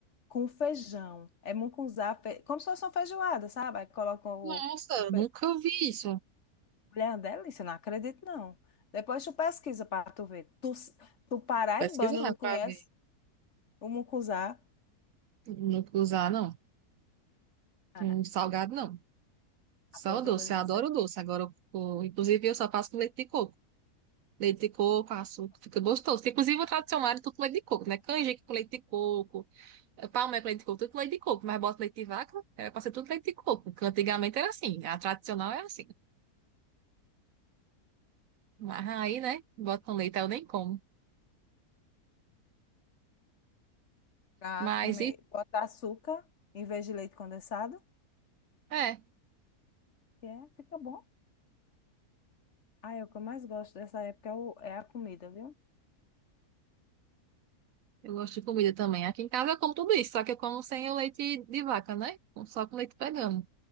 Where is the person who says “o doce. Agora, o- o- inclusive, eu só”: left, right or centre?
Right